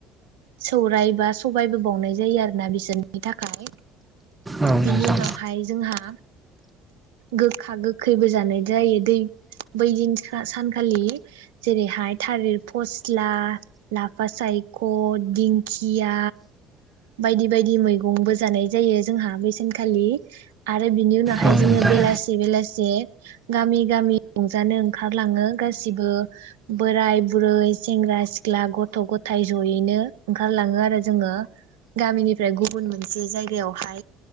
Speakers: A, on the right; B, on the right.
A: सौरायाइ बा सबायबो बावनाय जायो आरोना बिसोरनि थाखाय
B: औ नोंथां
A: बिनि उनावहाय जोंहा गोखा- गोखैबो जानाय जायो दै बै दिन सानखालि जेरैहाय थालिर फस्ला लाफा सायख दिंखिया बायदि बायदि मैगंबो जानाय जायो जोंहा बेसेनखालि आरो आरो बिनि उनावहाय
B: औ
A: जोङो
B: नोंथां
A: बेलासे बेलासे गामि-गामि रंजानो ओंखारलाङो गासिबो बोराय -बुरै, सेंग्रा- सिख्ला, गथ'- गथाय जयैनो ओंखारलाङो आरो जोङो गामिनिफ्राय गुबुन मोनसे जायगायावहाय